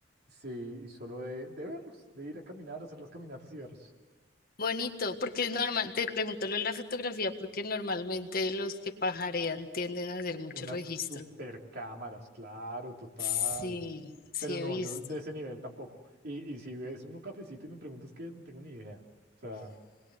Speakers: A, on the right; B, on the left.
A: Sí, y solo de, de verlos, de ir a caminar, hacer las caminatas y verlos.
B: Bonito, porque es normal, te pregunto lo de la fotografía, porque normalmente los que pajarean tienden a hacer mucho
A: Unas
B: registro.
A: super cámaras, claro, total.
B: Sí, sí
A: Pero no,
B: he visto.
A: yo de ese nivel tampoco. Y, y si ves uno cafecito y me preguntas qué es, no tengo ni idea. O sea,